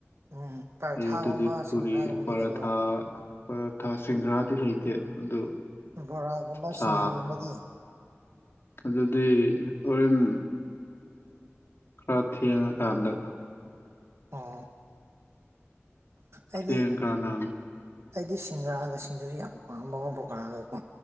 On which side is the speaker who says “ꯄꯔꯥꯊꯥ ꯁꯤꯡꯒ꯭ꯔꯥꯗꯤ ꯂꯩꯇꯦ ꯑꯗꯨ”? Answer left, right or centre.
Left